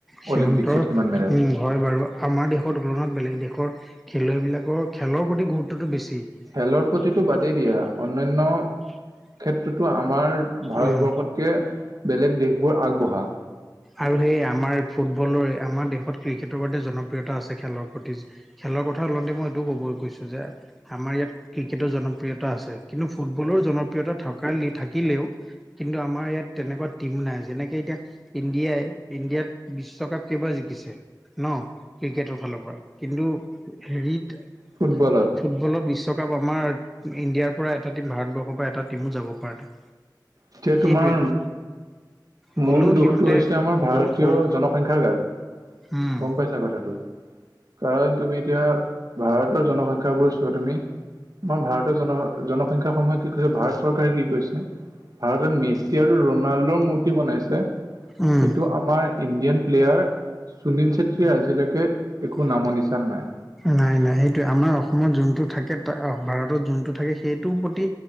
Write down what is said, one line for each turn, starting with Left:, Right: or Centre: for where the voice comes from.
Centre: সিহঁতৰ
Right: অলিম্পিকছত
Centre: উম।
Right: কিমান মেডেল।
Centre: হয় বাৰু আমাৰ দেশৰ তুলনাত বেলেগ দেশৰ খেলুৱৈবিলাকৰ খেলৰ প্ৰতি গুৰুত্বটো বেছি।
Right: খেলৰ
Centre: <unintelligible>
Right: প্ৰতিটো বাদেই দিয়া অন্যান্য ক্ষেত্ৰতো আমাৰ ভাৰতবৰ্ষতকে
Centre: উম,
Right: বেলেগ দেশবোৰ আগবঢ়া।
Centre: আৰু সেই আমাৰ ফুটবলৰ আমাৰ দেশত ক্ৰিকেটৰ বাবে জনপ্ৰিয়তা আছে খেলৰ প্ৰতি। খেলৰ কথা ওলাওঁতে মই এইটোও ক'ব গৈছো যে, আমাৰ ইয়াত ক্ৰিকেটৰ জনপ্ৰিয়তা আছে, কিন্তু ফুটবলৰ জনপ্ৰিয়তা থকা থাকিলেও কিন্তু আমাৰ ইয়াত তেনেকুৱা টিম নাই যেনেকে এতিয়া ইণ্ডিয়াই ইণ্ডিয়াত বিশ্বকাপ কেইবাৰ জিকিছে ন ক্ৰিকেট ৰ ফালৰ পৰা কিন্তু হেৰিত
Right: ফুটবলত
Centre: ফুটবলত বিশ্বকাপ আমাৰ ইণ্ডিয়াৰ পৰা এটা ভাৰতবৰ্ষৰ পৰা এটা টিমো যাব পৰা নাই।
Right: এতিয়া
Centre: সেইটোৱেতো
Right: তোমাৰ
Centre: গ'লেও
Right: মূল দুখটো
Centre: সিহঁতে
Right: হৈছে আমাৰ ভাৰতীয়
Centre: বহুত সৰু
Right: জনসংখ্যাৰ গাত।
Centre: উম
Right: গম পাইছা কথাটো কাৰণ তুমি এতিয়া ভাৰতৰ জনসংখ্যাবোৰ চোৱা তুমি আমাৰ ভাৰতৰ জন জনসংখ্যা সমূহে কি কৈছে ভাৰত চৰকাৰে কি কৰিছে। ভাৰতত মেচি আৰু ৰনাল্ডৰ মূৰ্তি বনাইছে।
Centre: উম,
Right: কিন্তু আমাৰ ইণ্ডিয়ান প্লেয়াৰ চুনীল চেত্ৰীয়ে আজিলৈকে
Centre: অ
Right: একো
Centre: হয়
Right: নামৰ নিচান নাই।
Centre: নাই নাই সেইটো আমাৰ অসমত যোনটো থাকে, ভাৰতত যোনটো থাকে। সেইটোৰ প্ৰতি